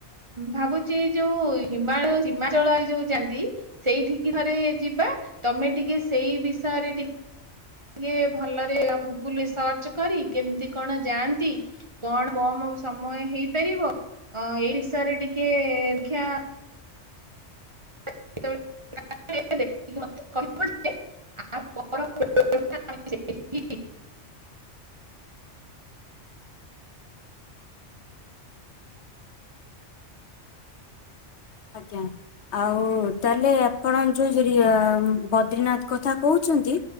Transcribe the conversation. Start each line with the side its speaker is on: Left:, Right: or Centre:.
Right: ଭାବୁଛି ଯୋଉ ହିମାଚଳ ଯୋଉ ଯାଆନ୍ତି ସେଇଠିକ ଥରେ ଯିବା ତମେ ଟିକେ ସେଇ ବିଷୟରେ ଟିକେ ଭଲରେ ଗୁଗୁଲରେ ସର୍ଚ୍ଚ କରି କେମିତି କଣ ଯାଆନ୍ତି କଣ କମ ସମୟ ହେଇପାରିବ ଏଇ ବିଷୟରେ ଟିକେ ଦେଖା <inaudible>
Left: ଆଜ୍ଞା ଆଉ ତାହେଲେ ଆପଣ ଯୋଉ ଯ ବଦ୍ରିନାଥ କଥା କହୁଛନ୍ତି